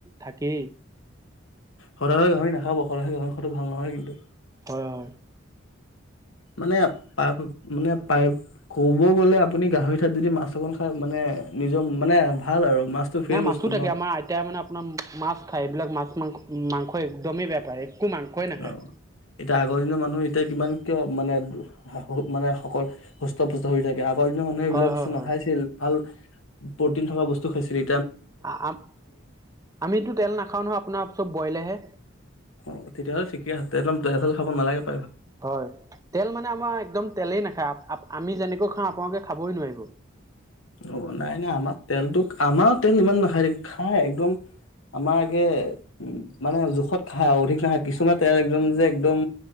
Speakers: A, on the right (about 15°); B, on the left (about 80°).
A: থাকেই।
B: সদায় সদায় গাহৰি নাখাব। সে গাহৰি খোৱাটো ভাল নহয় কিন্তু।
A: হয় হয়।
B: মানে প মানে। পাই ক'ব গ'লে আপুনি গাহৰি ঠাইত যদি মাছ অকন খায় মানে নিজৰ মানে ভাল আৰু। মাছটো ফ্ৰেছ
A: নাই মাছো
B: বস্তু
A: থাকে
B: ন
A: আমাৰ আইতাই মানে আপোনাৰ ঠাস মাছ খায় এইবিলাক মাছ মাংস মাংস একদমেই বেয়া পায়। মাংসই নাখায়
B: অ' এতিয়া আগৰ দিনৰ মানুহে এতিয়া কিমান কিয় মানে বহুত মানুহে সকল সুস্থ-পুস্থ হৈ থাকে আক ফলাদি মানুহে এইবিলাক
A: হয় হয়
B: বস্তু
A: হয়
B: নাখাইছিল ভাল প্ৰটিন থকা বস্তু খাইছিলি।
A: আ আ আম আমিতো তেল নাখাও নহয় আপোনাৰ চব বইলয়েহে।
B: অ, তেতিয়াহ'লে ঠিকেই আছে, একদম তেল-চেল খাব নালাগে ন
A: হয় তেল মানে আমাৰ একদম তেলেই নেখায় আপ আপ আমি যেনেকৈ খাওঁ আপোনালোকে খাবই নোৱাৰিব।
B: অ নাই নাই আমাৰ তেলটোত আমাৰ তেল ইমান নাখায় দেই। খাই একদম আমাৰ আগে উ মানে জোখত খাওঁ অধিক নাখায় কিছুমান তেল একদম যে একদম